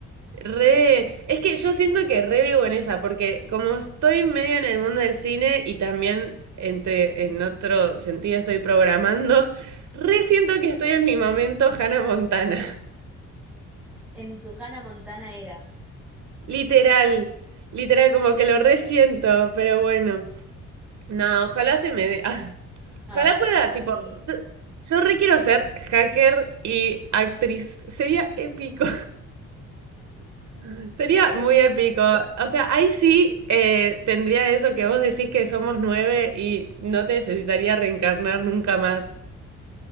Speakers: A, on the right; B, in the centre.
A: re. Es que yo siento que re vivo en esa, porque como estoy medio en el mundo del cine y también entre, en otro sentido estoy programando, <laughs> re siento que estoy en mi momento Hannah Montana.
B: En tu Hannah Montana era.
A: Literal, literal, como que lo resiento, pero bueno. No, ojalá se me dé. Ah, ojalá
B: Ay,
A: pueda,
B: sí.
A: tipo, yo re quiero ser hacker y actriz. Sería épico. <laughs> Sería
B: Eh,
A: muy épico. O sea, ahí sí eh, tendría eso que vos decís que somos nueve y no te necesitaría reencarnar nunca más.